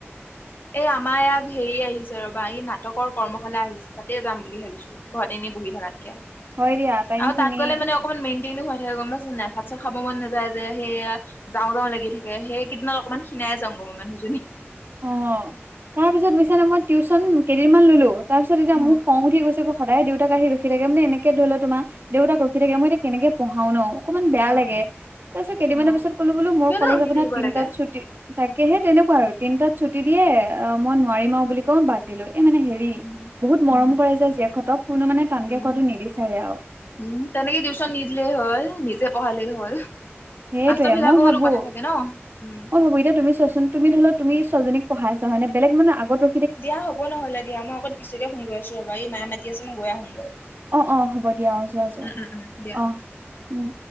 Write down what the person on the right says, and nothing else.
হয় দিয়া। টাইম
খিনি
অ' তাৰ পিছত বুছ নে মই টিউশ্যন কেইদিন মান ললো, তাৰ পিছত এতিয়া
মোক খং উঠি গৈছে গ। সদায় দেউতাক আহি ৰখি থকে, মানে এনেকে ধৰি ল তোমাৰ দেউতাক ৰখি থাকে মই এতিয়া কেনেকে পঢ়াওঁ ন। অকনমান বেয়া
লাগে, তাৰপিছ কেইদিনৰ
পিছত ক'লো বোলো মোৰ
কলেজ
আপোনাৰ
তিনটাত
ছুটি তাকেহে তেনেকুৱা আৰু তিনটাত ছুটি দিয়ে মই নোৱাৰিম আৰু বুলি কৈ বাদ দিলো। এই মানে হেৰি
বহুত
মৰম কৰে যে জীয়েকহঁতক কোনো মানে টানকে
কাৱাটো নিবিচাৰে আৰু।
সেইটয়ে
মই ভাবো
মই ভাবো, এতিয়া তুমি চোৱাচোন তুমি ধৰি লোৱা তুমি ছোৱালীজনী পঢ়াইছা হয় নে? বেলেগ মানুহে আগতো
অ অ হ'ব দিয়া অ' যোৱা যোৱা
অ'। উম।